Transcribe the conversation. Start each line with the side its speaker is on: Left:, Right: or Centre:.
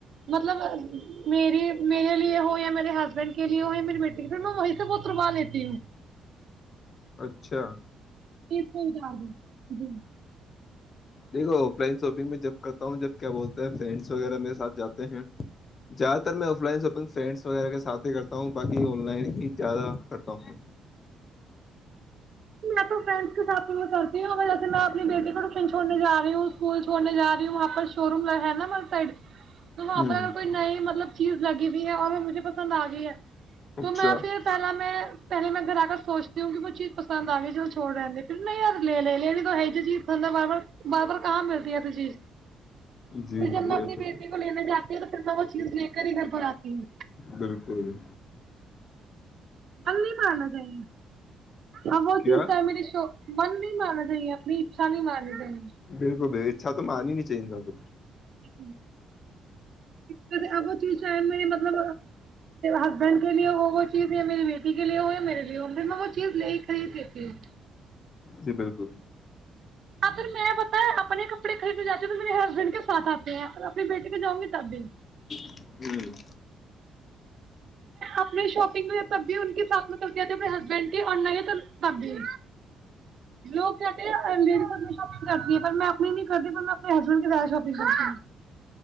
Right: مطلب م میرے لیے ہو یا میرے ہسبینڈ کے لیے ہو میری بیٹٹی کے لیے میں وہی سے وہ تروا لیتی ہوں
Left: اچھا
Right: ت س جا دو جی
Left: دیکھو آف لائن شاپنگ میں جب کرتا ہوں جب کیا بولتے ہیں فرینڈس وغیرہ میرے ساتھ جاتے ہیں زیادہ تر میں آف لائن شاپنگ فرینڈس وغیرہ کے ساتھ ہی کرتا ہوں باقی آن لائن ہی زیادہ کرتا ہوں
Right: میں تو فرینڈس کے ساتھ کرتی ہوں جیسے میں اپنی بیٹی کو ٹیشن چھڑنے جا رہی ہوں اسکول چھوڑنے جای ہوں وہاں پر شو روم ہے نا م سائڈ تو اپپنے
Left: ہوں
Right: کوئی نہیں مطلب چیز لگی ہوئی ہے اور وہ مجھے پسند آ گئی ہے تو
Left: اچھا
Right: میں پھر پہلا میں پہلے میں گھر کر سوچتی ہوں وہ چیز پ آ چ چھوڑ رہ پھر نہیں یار لے لے لےین تو یہ جی چیز س بار بار بار بار کہاں ملتی ہے ا تو چیز
Left: جی
Right: پھر جب
Left: بالکل
Right: میں اپنی بیٹی کو لینے جاتی ہوں تو پھر میں وہ چیز لے کر ہی گھر پر آتی ہوں
Left: بالکل
Right: ہمم نہیں پارنا چاہیے ا وہ
Left: کیا
Right: چیتا ہے میرری شو من نہیں مان رہی اپنی اچھا نہیں مانتے ہیں
Left: بالکل ب اچھا تو میں آ ہی نہیں چاہی گ تھا کھ
Right: ایک مٹ اب وہ چیز چاہ مری مطلب ہسبینڈ کے لیے ہو وہ چیز یا میری بیٹی کے لیے ہو یا میرے لیے ہو پھر میں وہ چیز لے ہی خرید لیتی ہوں
Left: جی بالکل
Right: اگر میں بتا اپنے کپڑے خریدنے جاتی ہ تو میرے ہسبینڈ کے ساتھ آتے ہیں ا اپنی بیٹی کے جاؤں گی تب بھی
Left: ہوں
Right: اپنے شاپنگ میں تب بھی ان کے ساتھ میں سب کیاتے اپنے ہسبینڈ کی اور نہیں تو تب بھی لوگ کہتے ہیں اپنی شاپگ کرتی ہیں پر میں اپنی نہیں کرتی پر میں اپنے ہسبینڈ کیہ شاپگ کرتی ہوں